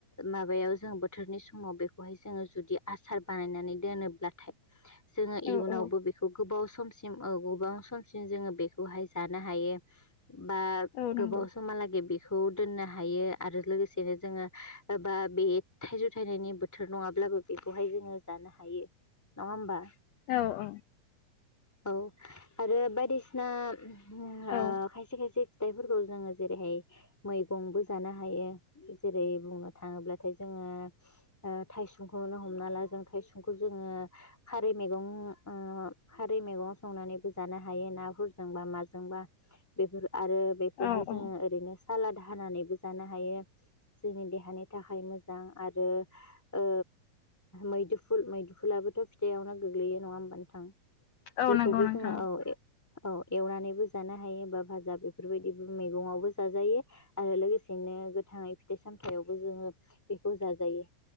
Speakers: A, in the centre; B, on the left.
A: माबायाव जों बोथोरनि समाव बेखौहाय जोङो जुदि आसार बानायनानै दोनोब्लाथाय जोङो
B: औ
A: इयुनावबो
B: औ
A: बेखौ गोबाव समसिम गोबां समसिम जोङो बेखौहाय जानो हायो बा
B: औ नंगौ
A: गोबाव समा लागै बि खौ दोनो हायो आरो लोगोसेनो जोङो बा बे थाइजौ थायनायनि बोथोर नङाब्ला बो बेखौहाय जोङो जानो हायो नङा होमबा?
B: औ - औ
A: औ आरो बायदिसिना ओ
B: औ
A: खायसे खायसे फिथाइफोरखौ जोङो जेरैहाय मैगंबो जानो हायो जेरै बुंनो थाङोब्लाथाय जोङो ओ थाइसुंखौनो हमना ला जों थाइसुंखौ जोङो खारै मैगं खारै मैगं संनानैबो जानो हायो ना माजोंबा आरो बेफोरखौ
B: औ
A: जोंडों
B: औ
A: ओरैनो सालाद हानानैबो जानो हायो। जोंनि देहानि थाखाय मोजां आरो ओ मैदुफुल मैदुफुलाआबोथ' फिथाइआवनो गोग्लैयो नङा होमबानो नोंथां
B: औ
A: बेखौबो
B: नंगौ नोंथां
A: जोङो औ औ एवनानैबो जानो हायो बा भाजा बेफोरबायदिबो मैगंआवबो जाजायो। आरो लोगोसेनो गोथाङै फिथाइ - सामथायावबो जोङो बेखौ जाजायो।